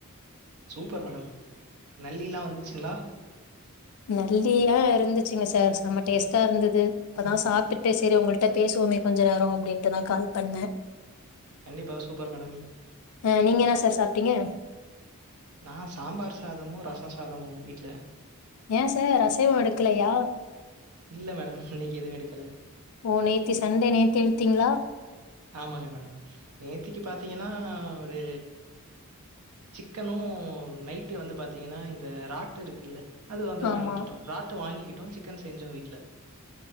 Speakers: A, on the right; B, on the left.
A: super madam நல்லிலா வந்துச்சிங்ளா
B: நல்லியா இருந்துச்சுங்க சார் சம்ம டேஸ்ட்டா இருந்துது இப்பதா சாப்டுட்டு சேரி உங்ககிட்ட பேசுவோமே கொஞ்ச நேரோ அப்புடின்ட்டுதா கால் பண்ணே
A: கண்டிப்பா சூப்பர் மேடம்
B: ஆ நீங்க என்ன சார் சாப்ட்டீங்க
A: நா சாம்பார் சாதமு ரச சாதமு வீட்ல
B: ஏ சார் அசைவோ எடுக்லையா
A: இல்ல மேடம் இன்னிக்கி எதுவு எடுக்கல
B: ஓ நேத்தி சண்டே நேத்தி எடுத்தீங்ளா
A: ஆமாங்க மேடம் நேத்திக்கு பாத்தீங்கன்னா ஒரு சிக்கனூ நைட்டு வந்து பாத்தீங்கன்னா இந்த ராட்டு இருக்கில்ல அது வந்து
B: ஆமா
A: வாங்கிட்டோ ராட்டு வாங்கிகிட்டோ சிக்கன் செஞ்சோ வீட்ல